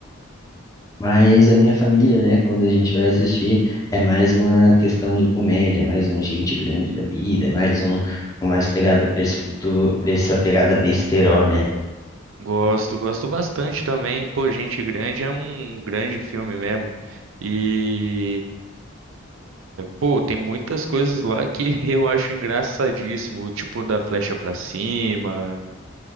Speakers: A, on the left; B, on the right.
A: mas a minha família, né, quando a gente vai assistir, é mais uma questão de comédia, mais um gente grande da vida, é mais um, um mais pegado pra esse futuro, pra essa pegada besterol, né?
B: Gosto, gosto bastante também. Pô, Gente Grande é um grande filme mesmo. e Pô, tem muitas coisas lá que <laughs> eu acho engraçadíssimo, o tipo da flecha pra cima,